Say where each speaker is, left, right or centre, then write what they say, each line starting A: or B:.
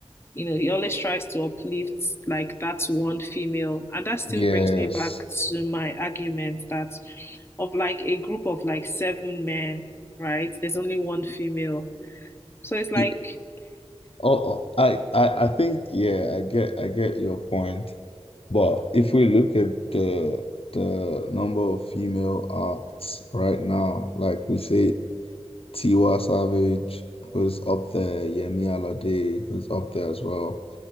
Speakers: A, on the left; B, on the left.
A: you know, he always tries to uplift like that's one female. And that still
B: Yes.
A: brings me back to my argument that of like a group of like seven men, right? There's only one female. So it's like
B: Y- Oh, oh, I, I, I think yeah, I get I get your point. But if we look at the the number of female acts right now, like we say Tiwa Savage, who's up there, Yemi Alade, who's up there as well.